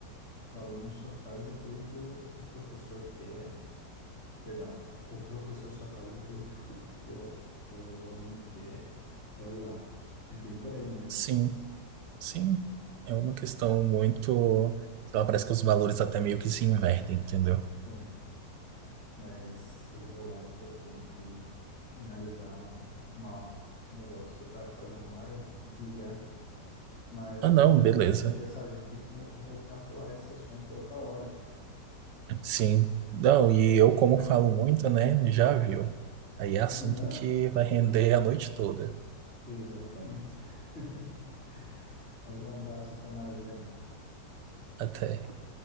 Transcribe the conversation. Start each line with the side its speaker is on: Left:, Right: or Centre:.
Left: O aluno só faz aquilo que o, o professor quer Perdão, o professor só faz aquilo que o, <laughs> que o, que o aluno quer, e olha lá, é bem por aí mesmo.
Right: Sim, sim. É uma questão muito. sei lá, parece que os valores até meio que se invertem, entendeu?
Left: É, mas eu vou lá que eu tenho que finalizar um, uma- um negócio que eu estava fazendo lá, eu vou ter que desligar. Mas
Right: Ah,
Left: foi
Right: não,
Left: bom
Right: beleza.
Left: a gente conversar, a gente tem que vo- voltar a falar esse assunto outra hora.
Right: Sim, não, e eu, como falo muito, né, já viu. Aí é assunto
Left: Não,
Right: que vai render a noite toda,
Left: exatamente. <laughs> Mas um abraço, até mais, Breno.
Right: até.